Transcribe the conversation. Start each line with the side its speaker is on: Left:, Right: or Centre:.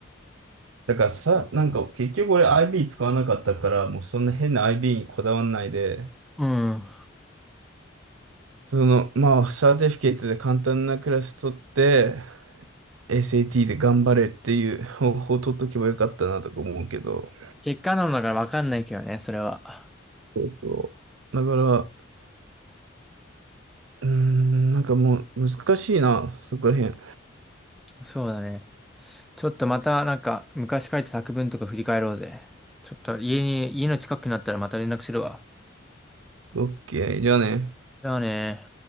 Right: だからさ、なんか結局俺 IB 使わなかったから、もうそんな変な IB にこだわんないで、
Centre: うん。
Right: その、まあ、サーティフィケートで簡単なクラス取って、SAT で頑張れっていう方法を取っとけばよかったなとか思うけど、
Centre: 結果論だからわかんないけどね、それは。
Right: そうそう。だから、うーん、なんかもう難しいな、そこら辺。
Centre: そうだね。ちょっとまたなんか昔書いた作文とか振り返ろうぜ。ちょっと家に、家の近くになったらまた連絡するわ。
Right: オッケー、じゃあね。
Centre: じゃあね